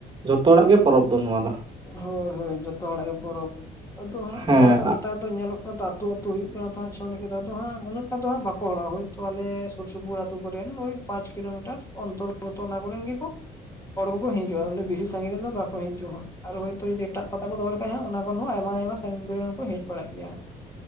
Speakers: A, on the right; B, on the left.
A: ᱡᱚᱛᱚ ᱦᱚᱲᱟᱜ ᱜᱮ ᱯᱚᱨᱚᱵᱽ ᱫᱚ ᱱᱚᱣᱟ ᱫᱚ᱾
B: ᱦᱳᱭ ᱦᱳᱭ ᱡᱚᱛᱚ ᱦᱚᱲᱟᱜ ᱜᱮ ᱯᱚᱨᱚᱵᱽ ᱟᱫᱚ ᱦᱟᱸᱜ
A: ᱦᱮᱸ
B: ᱱᱚᱣᱟ ᱫᱚ ᱱᱮᱛᱟᱨ ᱫᱚ ᱧᱮᱞᱚᱜ ᱼᱼ ᱟᱹᱛᱩ ᱟᱹᱛᱩ ᱦᱩᱭᱩᱜ ᱠᱟᱱᱟ ᱛᱚ ᱪᱷᱳ ᱮᱱᱮᱡ ᱠᱚᱫᱚ ᱟᱫᱚ ᱦᱟᱸᱜ ᱩᱱᱟᱹᱜᱴᱟ ᱫᱚ ᱦᱟᱸᱜ ᱵᱟᱠᱚ ᱦᱚᱲᱟᱜᱼᱟ, ᱦᱳᱭ ᱛᱚ ᱟᱞᱮ ᱥᱩᱨ ᱥᱩᱯᱩᱨ ᱟᱛᱩ ᱠᱚᱨᱮᱱ ᱳᱭᱼᱼ ᱯᱟᱸᱪ ᱠᱤᱞᱳᱢᱤᱴᱟᱨ ᱚᱱᱛᱚᱨᱜᱚᱛᱼᱼ ᱜᱚᱛᱚ ᱚᱱᱟ ᱠᱚᱨᱮᱱ ᱜᱮᱠᱚ ᱦᱚᱲ ᱠᱚ ᱠᱚ ᱦᱤᱡᱩᱜᱼᱟ, ᱟᱱᱮ ᱵᱮᱥᱤ ᱥᱟᱺᱜᱤᱧ ᱨᱮᱱ ᱫᱚ ᱵᱟᱠᱚ ᱦᱤᱡᱩᱜᱼᱟ ᱦᱟᱜ ᱾ ᱟᱨ ᱦᱚᱭᱛᱚ ᱡᱩᱫᱤ ᱮᱴᱟᱜ ᱯᱟᱛᱟ ᱠᱚ ᱫᱚᱦᱚ ᱞᱮᱠᱷᱟᱡ ᱦᱟᱸᱜ‌ ᱚᱱᱟ ᱠᱷᱚᱱ ᱦᱚᱸ ᱟᱭᱢᱟ ᱟᱭᱢᱟ ᱥᱟᱺᱜᱤᱧ ᱠᱚᱨᱮᱱ ᱠᱚ ᱠᱚ ᱦᱮᱡ ᱵᱟᱲᱟᱜ ᱜᱮᱭᱟ᱾